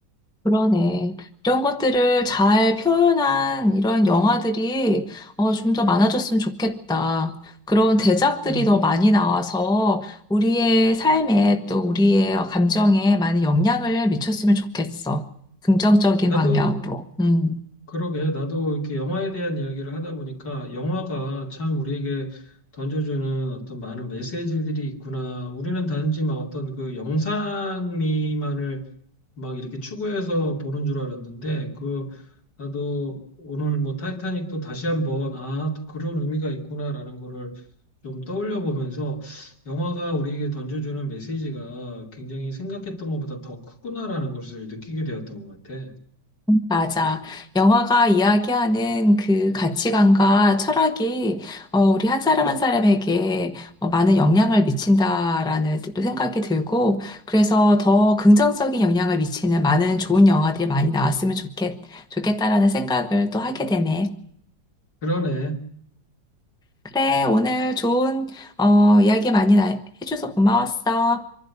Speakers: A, in the centre; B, on the left.
A: 그러네. 이런 것들을 잘 표현한 이런 영화들이 어, 좀더 많아졌으면 좋겠다. 그런 대작들이
B: 음.
A: 더 많이 나와서 우리의 삶에 또 우리의 감정에 많은 영향을 미쳤으면 좋겠어. 긍정적인
B: 나도
A: 방향으로. 음.
B: 그러게, 나도 이렇게 영화에 대한 이야기를 하다 보니까 영화가 참 우리에게 던져주는 어떤 많은 메시지들이 있구나. 우리는 단지 막 어떤 그 영상미만을 막 이렇게 추구해서 보는 줄 알았는데, 그, 나도 오늘 뭐 타이타닉도 다시 한번, 아, 또 그런 의미가 있구나라는 거를 좀 떠올려 보면서 영화가 우리에게 던져주는 메시지가 굉장히 생각했던 것보다 더 크구나라는 것을 느끼게 되었던 것 같아.
A: 맞아. 영화가 이야기하는 그 가치관과 철학이 어, 우리 한 사람 한 사람에게 어, 많은 영향을 미친다라는 또 생각이 들고 그래서 더 긍정적인 영향을 미치는 많은 좋은 영화들이 많이 나왔으면 좋겠, 좋겠다라는 생각을 또 하게 되네.
B: 그러네.
A: 그래, 오늘 좋은 어, 이야기 많이 나- 해줘서 고마웠어.